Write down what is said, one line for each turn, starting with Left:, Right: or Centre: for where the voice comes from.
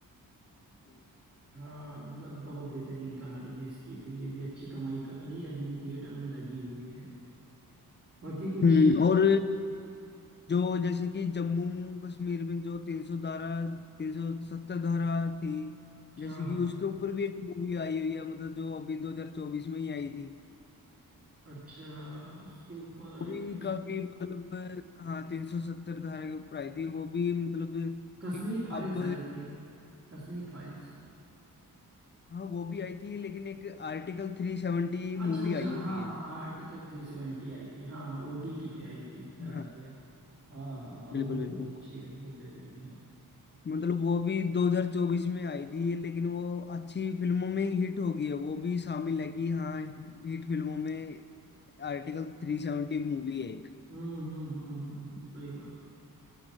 Right: हाँ मतलब बहुत बेहतरीन कहानी है इसकी भी ये भी अच्छी कमाई कर रही है अभी भी थिएटर में लगी हुई है बाकी कुछ
Left: हम्म,
Right: हाँ
Left: और जो जैसे कि जम्मू कश्मीर में जो तीन सौ धारा तीन सौ सत्तर धारा थी जैसे
Right: हाँ
Left: कि उसके ऊपर भी एक मूवी आई हुई है मतलब जो अभी 2024 में ही आई थी
Right: अच्छा उसके ऊपर आई
Left: वो भी
Right: थी
Left: काफी मतलब हाँ तीन सौ सत्तर धारा के ऊपर आई थी वो भी मतलब
Right: कश्मीर
Left: कि
Right: फाइल्स
Left: अब
Right: आई थी कश्मीर फाइल्स
Left: हाँ वो भी आई थी लेकिन एक आर्टिकल थ्री सेवेंटी
Right: अच्छा
Left: मूवी
Right: अच्छा
Left: आई
Right: हाँ
Left: हुई है
Right: हाँ आर्टिकल थ्री सेवेंटी आई थी हाँ हाँ ओटीटी पे आई थी याद
Left: हाँ
Right: आ गया हाँ हाँ हाँ
Left: बिल्कुल
Right: वो भी बहुत
Left: बिल्कुल
Right: अच्छी है बहुत बेहतरीन है
Left: मतलब वो भी 2024 में आई थी लेकिन वो अच्छी फिल्मों में हिट हो गई है वो भी शामिल है कि हाँ हिट फिल्मों में आर्टिकल थ्री सेवेंटी मूवी है एक
Right: हम्म हम्म हम्म हम्म हम्म, सही बात